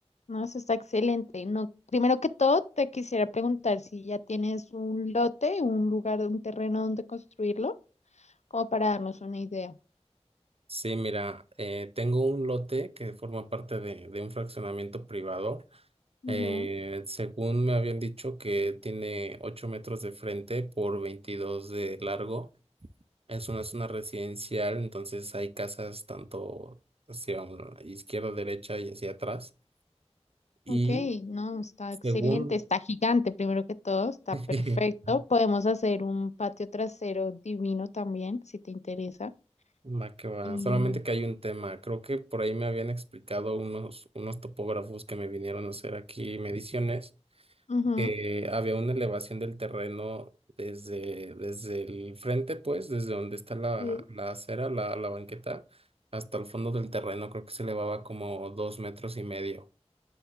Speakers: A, on the left (about 80°); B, on the right (about 60°).
A: no, eso está excelente. No, primero que todo, te quisiera preguntar si ya tienes un lote, un lugar, un terreno donde construirlo, como para darnos una idea.
B: Sí, mira, eh, tengo un lote que forma parte de, de un fraccionamiento privado.
A: Ujú.
B: Eh, según me habían dicho que tiene 8 metros de frente por 22 de largo. Es una zona residencial, entonces hay casas tanto hacia un- izquierda, derecha y hacia atrás. Y
A: Ok, no, está
B: según...
A: excelente, está gigante, primero que todo, está
B: <laughs>
A: perfecto. Podemos hacer un patio trasero divino también, si te interesa.
B: Ma que va,
A: Y,
B: Solamente que hay un tema. Creo que por ahí me habían explicado unos, unos topógrafos que me vinieron a hacer aquí mediciones
A: ujú.
B: que había una elevación del terreno desde, desde el frente, pues, desde donde está la,
A: Sí.
B: la acera, la, la banqueta, hasta el fondo del terreno, creo que se elevaba como dos metros y medio.